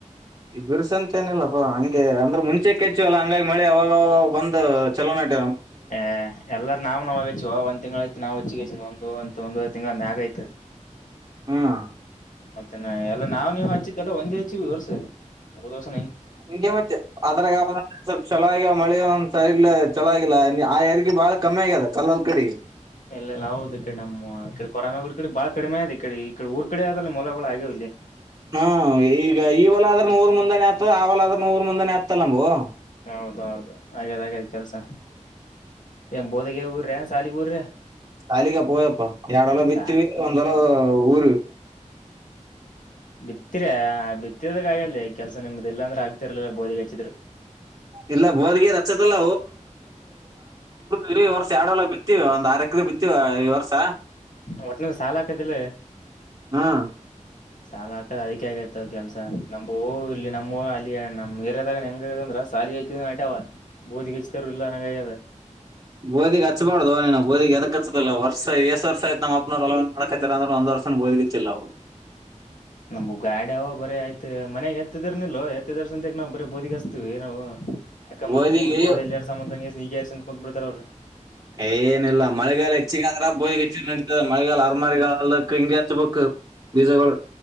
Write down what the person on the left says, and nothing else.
ಆ ಎಲ್ಲಾರ ನಾವವು ನಾವಾಗಚ್ಚ ಒಂದ ತಿಂಗ್ಗಳಾಯ್ತು ನಾ್ ಹೊಚ್ಚಿಗ ಂದು ಒ ಒಂದು ತಿಂಗಳ ಮ್ಯಾಗ ಐತೆ
ಮತ್ತೆನಾ ಎಲ್ಲಾ ನಾವವು ನೀವ್ ಹಚ್ಚಿದ್ದೆಲ್ಲ ಒಂದೇ ಹಚ್ಚಿವ ಇರ್ಸ ಹ
ಇಲ್ಲೆಲ್ಲಾ ಹೌದು ಈ ಕಡೆ ನಮ್ಮ್ ಈ ಕಡೆ ಕೊರಂಗ ಗುಡಿ ಕಡೆ ಬಾಳ ಕಡಿಮೆ ಆದೆ ಈ ಕಡೆ ಈಡೆ ಊರ್ ಕಡೆ ಅದ ಅಲ್ಲಿ ಮೊಲಗಳು ಆಗ್ಯವು ಇಲ್ಲಿ
ಹೌದೌದು ಹಾಗ್ಯದ್ ಹಾಗಾದ್ ಕೆಲ್ಸ ಏ ಬೋದಗಗೆ ಊರ್ರ ಸಾಲಿಗ ಊರ್ರ
ಸಾ
ಬಿತ್ತರ ಆ ಬಿತ್ತರದ ಕಾಯಲ್ಲಿ ಕೆಲ್ಸ ನಿಮ್ದ ಇಲ್ಲಾಂದ್ರೆ ಆಗ್ತಿರ್ಲಿಲ್ಲ ಬೋಧಿಗೆ ಹಚ್ಚಿದ್ರು
ಒಟ್ನಿಗೆ ಸಾಲ ಹಾಕದಿಲ್ಲ
ಸಾಲ ಹಾಕದ ಅದಿಕ ಆಗೈತ್ವ ಕೆಲ್ಸಾ ನಮ್ ಹೂ ಇಲ್ಲಿ ನಮ್ಮ ಅಲ್ಲಿ ನಮ್ ಇರದಾಗ ಹೆಂಗ ಇಂದ ಸಾಲಿಗೆ ಆಯಕ ನಟ್ಯ ಬೋದಿಗೆ ಹಾರ ಇಲ್ಲ ನಂಗ್ಯದ
ನಮ್ಗ್ ಗಾಡಿ ಅವ ಬರ ಆಯ್ತ್ ಮನಗ್ ಎತ್ತದರ್ನಲ್ೋ ಎತ್ತದರ ಸಂತೆಗ್ ನಾವವು ಬರೀ ಬೋದಿಗಸ್ತೀವಿ ನಾವು ಅಾಕ್ಕ
ಮತ್ ಮುಂದ್ ಹೋದ ಎರಡು ಸ ಅಂಗ ಈಗರ್ಸ ಅಂತ ಕುತ್ ಬಿಡ್ತಾರ ಅವ್ರರು